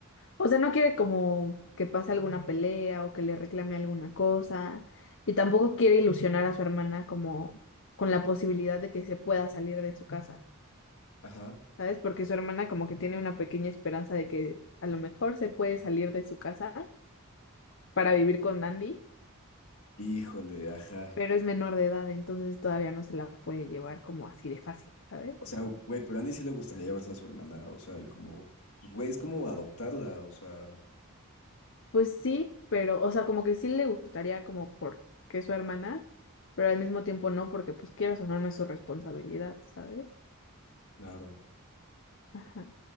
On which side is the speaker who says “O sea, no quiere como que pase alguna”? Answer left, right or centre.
Left